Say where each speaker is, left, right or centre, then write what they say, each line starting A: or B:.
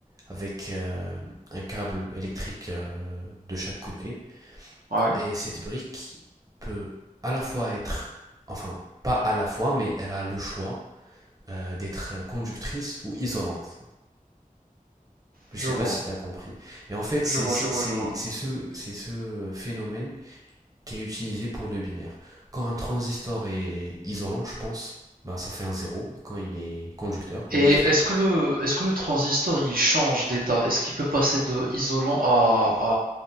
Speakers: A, on the right; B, on the right.
A: avec euh, un câble électrique euh, de chaque côté.
B: Ouais,
A: Et cette brique peut à la fois être, enfin, pas à la fois, mais elle a le choix euh, d'être conductrice ou isolante. Je
B: je
A: ne sais
B: vois.
A: pas si tu as compris. Et en fait,
B: Je
A: c'est
B: vois,
A: c'est-
B: je vois, je vois.
A: c'est ce, c'est ce phénomène qui est utilisé pour le binaire. Quand un transistor est isolant, je pense, bah ça fait un zéro. Quand il est conducteur, l'électrique,
B: Et est-ce que le, est-ce que le transistor, il change d'état? Est-ce qu'il peut passer de isolant à,